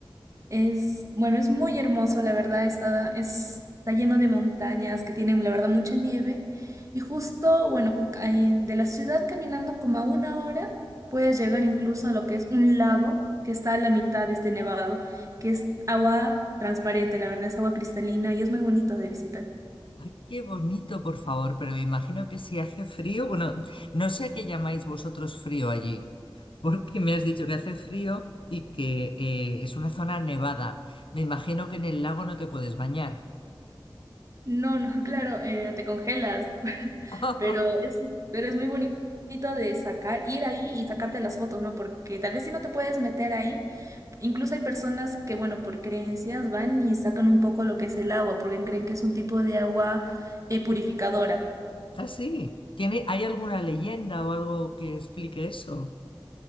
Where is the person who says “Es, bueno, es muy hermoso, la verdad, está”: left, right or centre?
Right